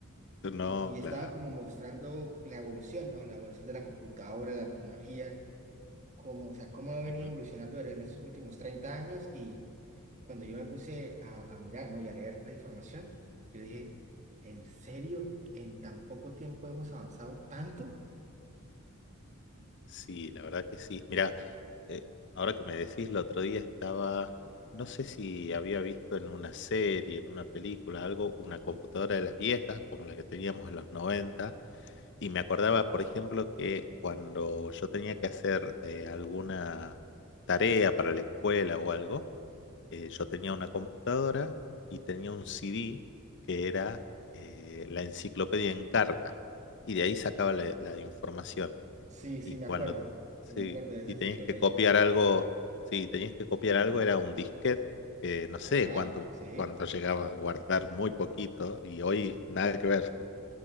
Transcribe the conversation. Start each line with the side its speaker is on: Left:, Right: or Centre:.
Left: No,
Right: Y estaba
Left: claro.
Right: como mostrando la evolución, ¿no? La evolución de la computadora, la tecnología, cómo, o sea, cómo ha venido
Left: Ujú.
Right: evolucionando en estos últimos 30 años y... cuando yo me puse a, a mirar, ¿no? Y a leer la información, yo dije, ¿en serio? ¿En tan poco tiempo hemos avanzado tanto?
Left: Sí, la verdad que sí. Mirá, eh, ahora que me decís, el otro día estaba, no sé si había visto en una serie, en una película, algo, una computadora de las viejas, como la que teníamos en los 90, y me acordaba, por ejemplo, que cuando yo tenía que hacer eh, alguna tarea para la escuela o algo, eh, yo tenía una computadora y tenía un CD que era eh, la enciclopedia en carta. Y de ahí sacaba la, la información.
Right: Sí, sí,
Left: Y
Right: me
Left: cuando
Right: acuerdo. Sí, me
Left: sí,
Right: acuerdo de esa
Left: y
Right: enciclopedia
Left: tenías que copiar
Right: en carta.
Left: algo, sí tenías que copiar algo, era un disquete, que no sé
Right: Ajá,
Left: cuánto,
Right: sí.
Left: cuánto llegaba a guardar, muy poquito, y hoy nada que ver.